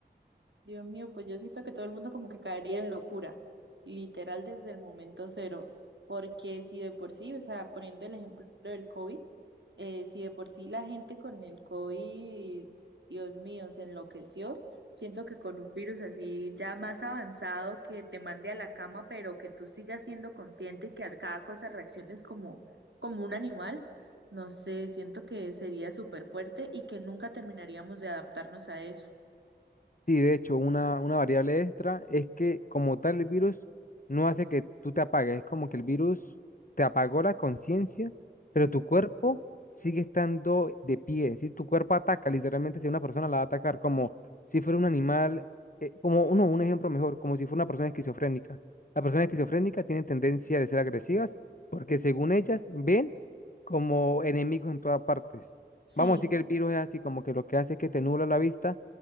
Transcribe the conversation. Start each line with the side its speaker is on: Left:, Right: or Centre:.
Right: Dios mío, pues yo siento que todo el mundo como que caería en locura, literal desde el momento cero, porque si de por sí, o sea, poniendo el ejemplo del COVID, eh, si de por sí la gente con el COVID, Dios mío, se enloqueció, siento que con un virus así ya más avanzado que te mande a la cama, pero que tú sigas siendo consciente y que a cada cosa reacciones como, como un animal, no sé, siento que sería súper fuerte y que nunca terminaríamos de adaptarnos a eso.
Left: Sí, de hecho, una, una variable extra es que como tal el virus no hace que tú te apagues, es como que el virus te apagó la conciencia, pero tu cuerpo sigue estando de pie, si Tu cuerpo ataca, literalmente si una persona la va a atacar, como si fuera un animal, eh, como uno, un ejemplo mejor, como si fuera una persona esquizofrénica. La persona esquizofrénica tiene
Right: Ok.
Left: tendencia de ser agresivas porque según ellas ven como enemigos en todas partes.
Right: Sí,
Left: Vamos a decir que el virus es así, como que lo que hace es que te nubla la vista